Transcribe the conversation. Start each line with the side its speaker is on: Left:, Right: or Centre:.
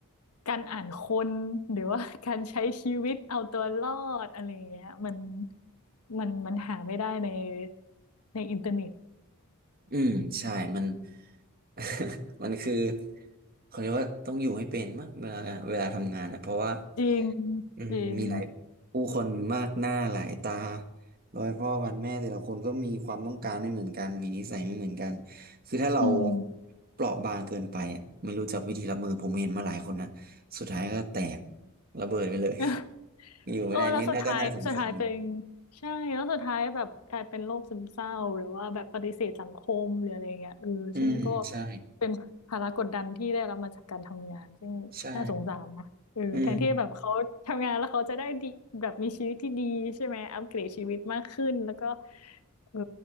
Left: การอ่านคนหรือว่า <laughs> การใช้ชีวิตเอาตัวรอดอะไรอย่างเงี้ยมันมันมันหาไม่ได้ในในอินเทอร์เน็ต
Right: อืมใช่มัน <laughs> มันคือเขาเรียกว่าต้องอยู่ให้เป็นมากเวลาเวลาทำงานอ่ะเพราะว่า
Left: จริง
Right: อืมมีหลายผู้คนมากหน้าหลายตา
Left: จริง
Right: ร้อยพ่อพันแม่แต่ละคนก็มีความต้องการไม่เหมือนกันมีนิสัยไม่เหมือนกันคือถ้าเรา
Left: อืม
Right: เปราะบางเกินไปอ่ะไม่รู้จักวิธีรับมือผมเห็นมาหลายคนนะสุดท้ายก็แตกระเบิดไปเลย
Left: <laughs>
Right: <laughs> อยู่ไม่ได้นี่น่าก็น่าสงสาร
Left: เออแล้วสุดท้ายสุดท้ายเป็นใช่แล้วสุดท้ายแบบกลายเป็นโรคซึมเศร้าหรือว่าแบบปฏิเสธสังคมหรืออะไรเงี้ยเออซึ่งก็
Right: อืมใช่
Left: เป็นภาระกดดันที่ได้รับมาจากการทำงานซึ่งน่าสงสารนะเออแทนที่แบบเขาทำงานแล้วเขาจะได้ดีแบบมีชีวิตที่ดีใช่ไหมอัปเกรดชีวิตมากขึ้นแล้วก็
Right: ใช่อืม
Left: เออ